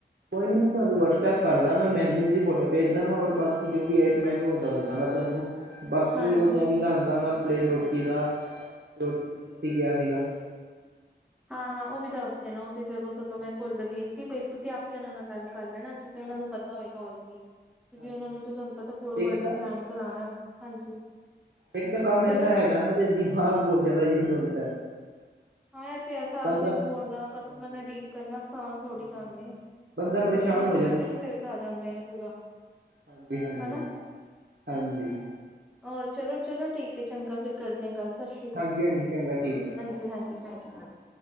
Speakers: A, on the right; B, in the centre.
A: ਕੋਈ ਨੀ ਮੈ ਤੁਹਾਨੂੰ ਵਟਸਐਪ ਕਰਦਾਂਗਾ ਮੈਨਿਊ ਦੀ ਫੋਟੋ। ਭੇਜਦਾਂਗਾ, ਹੋਰ ਬਾਕੀ ਜੋ ਵੀ ਆਈਟਮ ਹੈਗਾ ਉਹ ਦੱਸ ਦਾਂਗਾ ਤੁਹਾਨੂੰ, ਬਾਕੀ
B: ਹਾਂਜੀ
A: ਉਹਦਾ ਵੀ ਦੱਸ ਆਂ ਪਲੇਨ ਰੋਟੀ ਦਾ, ਰੋਟੀ ਦਾ ਤੁਸੀਂ ਕਿਹਾ ਸੀਗਾ।
B: ਹਾਂ-ਹਾਂ, ਉਹ ਵੀ ਦੱਸ ਦੇਣਾ, ਉਹ ਤੇ ਜਗੋਂ ਸਗੋਂ
A: ਹਾਂਜੀ
B: ਮੈਂ ਭੁੱਲ
A: ਹਾਂਜੀ
B: ਗਈ ਸੀ ਬਈ ਤੁਸੀਂ ਆਪ ਉਹਨਾਂ ਨਾਲ ਗੱਲ ਕਰ ਲੈਣਾ, ਕਿਉਂਕਿ ਉਹਨਾਂ ਨੂੰ ਪਤਾ ਹੋਏਗਾ ਹੋਰ ਕੀ। ਕਿਉਕਿ
A: ਹਾਂਜੀ
B: ਉਹਨਾਂ ਨੂੰ
A: ਹਾਂਜੀ
B: ਤਾਂ ਤੁਹਾਨੂੰ ਪਤਾ ਪੂਰਾ
A: ਇੱਕ
B: ਬਡੇ
A: ਤਾਂ
B: ਪਲੈਨ ਕਰਾਣਾ, ਹਾਂਜੀ,
A: ਇੱਕ ਤਾਂ ਕੰਮ
B: ਚਲੋ
A: ਐਸਾ ਹੈਗਾ ਨਾ ਦਿਮਾਗ ਬਹੁਤ ਜ਼ਿਆਦਾ ਯੂਜ ਹੁੰਦਾ।
B: ਹਾਂ, ਐ ਤੇ ਹੈ, ਸਾਰਾ
A: ਬੰਦਾ
B: ਦਿਨ ਬੋਲਣਾ,
A: ਹਾਂਜੀ
B: ਕਸਟਮਰ ਨਾਲ ਡੀਲ ਕਰਨਾ ਅਸਾਨ
A: ਹਾਂਜੀ
B: ਥੋੜ੍ਹੀ ਕੰਮ
A: ਹਾਂਜੀ
B: ਏ,
A: ਬੰਦਾ ਪਰੇਸ਼ਾਨ
B: ਕਸਟਮਰ
A: ਹੋ
B: ਤੇ ਵੈਸੇ ਵੀ ਸਿਰ ਖਾ ਜਾਂਦੇ ਨੇ ਪੂਰਾ।
A: ਹਾਂਜੀ-ਹਾਂਜੀ,
B: ਹਨਾ।
A: ਹਾਂਜੀ।
B: ਹੋਰ ਚਲੋ, ਚਲੋ ਠੀਕ ਏ, ਚੰਗਾ ਫੇਰ ਕਰਦੇ ਆਂ ਗੱਲ, ਸਸ਼
A: ਹਾਂਜੀ-ਹਾਂਜੀ, ਚੰਗਾ ਠੀਕ ਹੈ ਠੀਕ।
B: ਹਾਂਜੀ, ਹਾਂਜੀ <unintelligible>